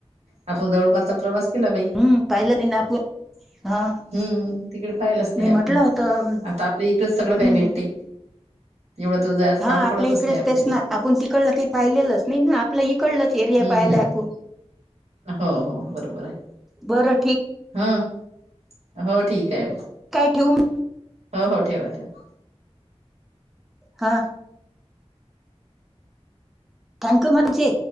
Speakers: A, on the right; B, in the centre.
A: आपण जवळपासचा प्रवास केला बाई
B: हम्म पाहिलं नाही ना आपण हा
A: हम्म तिकडे पाहिलच नाही
B: मी
A: आपुण
B: म्हटलं होतं
A: आता आपल्या इकड सगळं काही
B: हम्म
A: भेटते. एवढं दूर जायचं
B: हा
A: काम
B: आपल्या
A: पडतच
B: इकडेच
A: नाही आपल्याला
B: तेच ना आपण तिकडल ते पाहिलेलंच नाही ना आपल्या इ पकडलं त एरया
A: हम्म
B: पाहायला
A: हम्म
B: आपूण
A: हो हो बरोबर आहे
B: बरं ठीक
A: हाय हो ठीक आहे.
B: ठेऊ मग.
A: हो हो ठेवा ठेवा.
B: हा. थँक्यू मंची